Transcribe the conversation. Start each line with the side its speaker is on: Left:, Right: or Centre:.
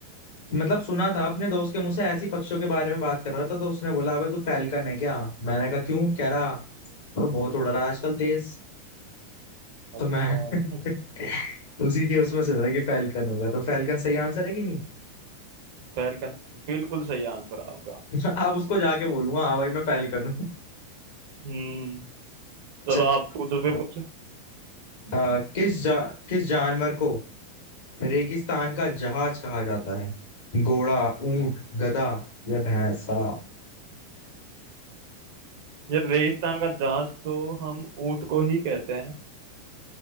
Left: मतलब सुना था अपने दोस्त के मुंह से ऐसी पक्षियों के बारे में बात कर रहा था तो उसने बोला अबे तू फैलकन है क्या मैंने कहा क्यों कह रहा "वो बहुत उड़ रहा है आजकल तेज तो
Right: अच्छा
Left: मैं <laughs>
Right: <laughs>
Left: उसी के उसमें सुना कि फैलकन होगा तो फैलकन सही आंसर है कि नहीं
Right: फैलकन बिल्कुल सही आंसर आपका
Left: <laughs> अब उसको जाके बोलूंगा हाँ भाई मैं फैलकन हूँ
Right: हम्म
Left: <laughs>
Right: चलो
Left: चलो
Right: आप
Left: मैं
Right: पूछो
Left: पूछता
Right: फिर
Left: हूँ
Right: कुछ
Left: अ, किस जा, किस जानवर को रेगिस्तान का जहाज कहा जाता है घोड़ा ऊंट गधा या भैंसा
Right: यार रेगिस्तान का जहाज तो हम ऊंट को ही कहते हैं